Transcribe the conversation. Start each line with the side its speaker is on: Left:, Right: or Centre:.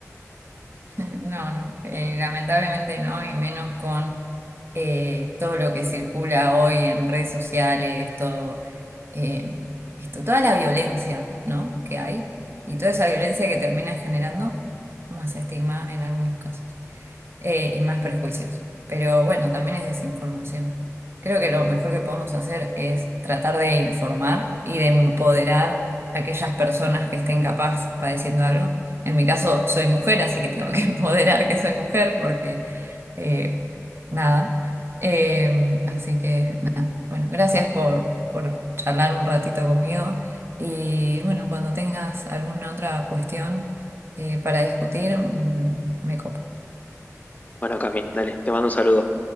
Right: <laughs> No, no, eh, lamentablemente no, y menos con eh, todo lo que circula hoy en redes sociales, todo, eh, esto, toda la violencia, ¿no? que hay, y toda esa violencia que termina generando más estigma en algunos casos. eh, y más prejuicios. Pero bueno, también es desinformación. Creo que lo mejor que podemos hacer es tratar de informar y de empoderar a aquellas personas que estén capaz padeciendo algo. En mi caso, soy mujer, así que tengo que <laughs> empoderar que soy mujer porque eh, nada. Eh, así que nada. Bueno, gracias por, por charlar un ratito conmigo. Y bueno, cuando tengas alguna otra cuestión eh, para discutir, me, me copa.
Left: Bueno, Cami, dale, te mando un saludo.